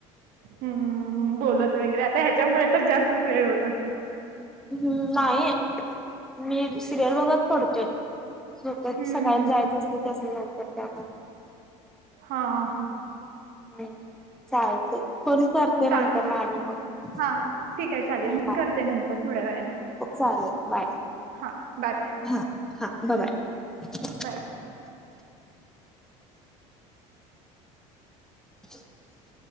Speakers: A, on the right; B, in the centre.
A: हम्म हम्म, बोलत वगैरे आता ह्याच्यामुळे तर जास्तच वेळ होत अस
B: हम्म. नाही मी सिरियल बगत पडतोय झोपेत
A: हम्म
B: सकाळी
A: हम्म.
B: जायच असतय त्यासनी लवकर त्या
A: हा हा.
B: हम्म. चालतेय फोन करते
A: चालतंय
B: नंतर न आणि मग हम्म.
A: हा हा ठीक आहे चालेल मी करते नंतर थोड्या वेळाने.
B: चालेल बाय
A: हा बाय बाय
B: हा हा ब बाय.
A: बाय.
B: <inaudible>